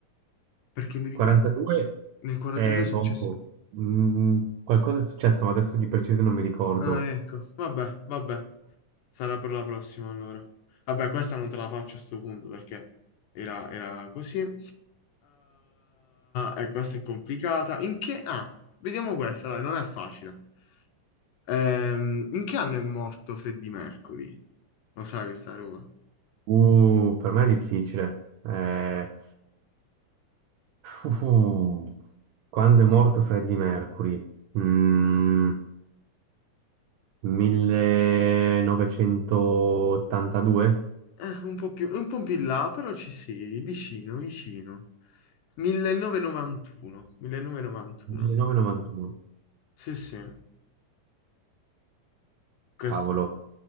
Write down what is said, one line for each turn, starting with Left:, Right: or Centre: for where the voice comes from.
Left: Perché mi ricordo
Right: 42
Left: nel 42
Right: è
Left: è successo.
Right: dopo. Mm, qualcosa è successo, ma adesso di preciso non mi ricordo.
Left: Ah, ecco. Vabbè, vabbè. Sarà per la prossima allora. Vabbè, questa non te la faccio a sto punto perché era, era così. Eh, e questa è complicata. In che... Ah, vediamo questa, dai, non è facile. Ehm, in che anno è morto Freddie Mercury? Lo sai questa roba?
Right: Uh, per me è difficile. Eh, uh, quando è morto Freddie Mercury? Mm, 1982?
Left: Eh, un po' più, un po' più in là, però ci sei, vicino, vicino. 1991, 1991.
Right: 1992?
Left: Sì, sì, questa.
Right: Cavolo.